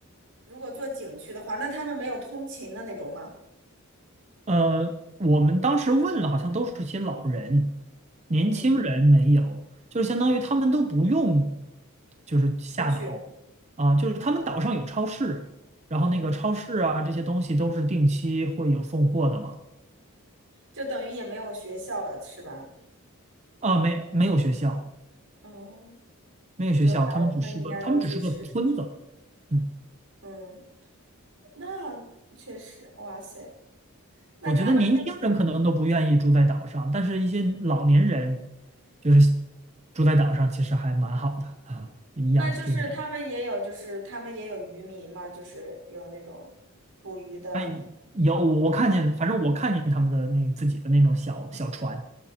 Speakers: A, on the right; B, on the right.
A: 如果做景区的话，那他们没有通勤的那种吗？
B: 呃，我们当时问了，好像都是些老人，年轻人没有，
A: 嗯，
B: 就是相当于他们都不用，就是下岛
A: 出去，
B: 啊，就是他们岛上有超市，然后那个超市啊这些东西都是定期会有送货的嘛。
A: 嗯，就等于也没有学校了，是吧？
B: 啊，没没有学校，
A: 哦，
B: 没有学校，
A: 就孩子们应该都去试试。
B: 他们只是个他们只是个村子。嗯，
A: 嗯，那确实，哇塞，那他们就，
B: 我觉得年轻人可能都不愿意住在岛上，但是一些老年人就是住在岛上，其实还蛮好的啊，颐养天年。
A: 那就是他们也有，就是他们也有渔民嘛，就是有那种捕鱼的，
B: 哎，有我看见，反正我看见他们的那自己的那种小小船、